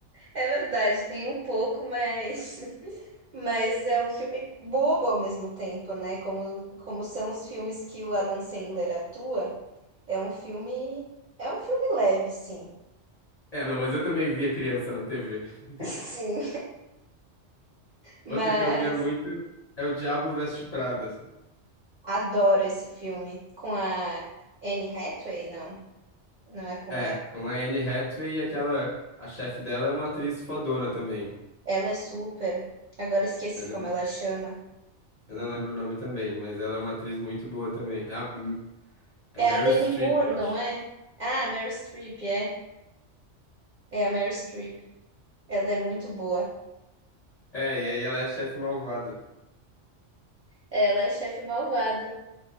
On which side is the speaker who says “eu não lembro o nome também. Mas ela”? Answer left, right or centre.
Left